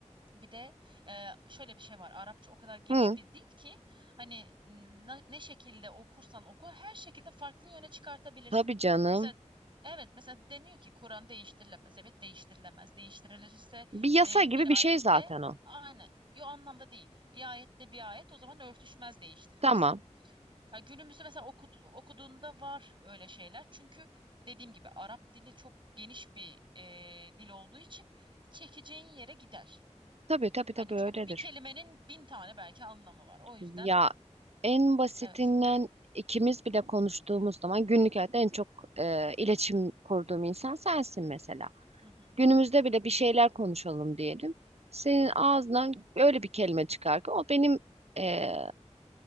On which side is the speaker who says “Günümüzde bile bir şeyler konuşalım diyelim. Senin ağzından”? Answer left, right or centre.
Right